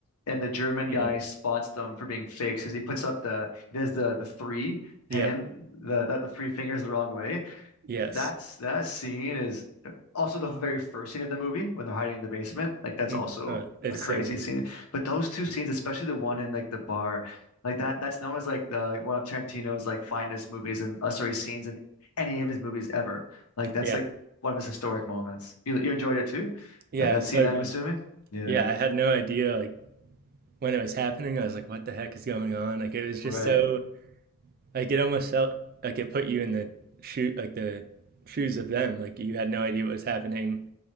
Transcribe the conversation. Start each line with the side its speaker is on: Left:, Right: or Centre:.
Left: and the German
Right: Mm.
Left: guy spots them for being fakes because he puts up the he does the the three
Right: Yep.
Left: hand the that the three fingers the wrong way,
Right: Yes.
Left: that's that scene is also the very first scene of the movie when they're hiding in the basement. Like that's
Right: Mm.
Left: also
Right: Uh, it's
Left: a crazy
Right: so good.
Left: scene. But those two scenes, especially the one in like the bar, like that that's known as like the one of Tarantino's like finest movies and uh, sorry scenes in any of his movies ever. Like that's
Right: Yeah.
Left: like one of his historic moments. You you enjoyed it too?
Right: Yeah,
Left: That that
Right: it's
Left: scene,
Right: so
Left: I'm
Right: good.
Left: assuming. Yeah.
Right: Yeah, I had no idea like when it was happening. I was like, what the heck is going on? Like it was just
Left: Right.
Right: so Like it almost felt like it put you in the shoe like the shoes of them. Like you had no idea what was happening.